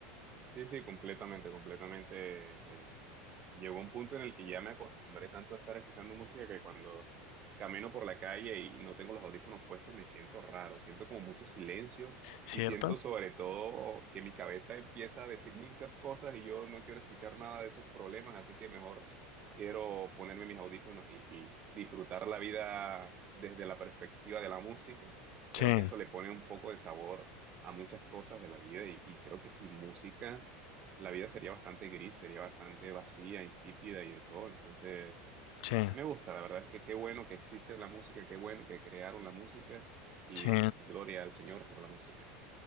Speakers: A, on the right; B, on the left.
A: Sí, sí, completamente, completamente. eh, llegó un punto en el que ya me acostumbré tanto a estar escuchando música que cuando camino por la calle y no tengo los audífonos puestos me siento raro, siento como mucho silencio
B: ¿Cierto?
A: y siento sobre todo que mi cabeza empieza a decirme muchas cosas y yo no quiero escuchar nada de esos problemas, así que mejor quiero ponerme mis audífonos y, y disfrutar la vida desde la perspectiva de la música.
B: Sí,
A: Creo que eso le pone un poco de sabor a muchas cosas de la vida y, y creo que sin música la vida sería bastante gris, sería bastante vacía, insípida y de todo. Entonces,
B: sí,
A: me gusta, la verdad es que qué bueno que existe la música, qué bueno que crearon la música y
B: sí,
A: gloria al Señor por la música.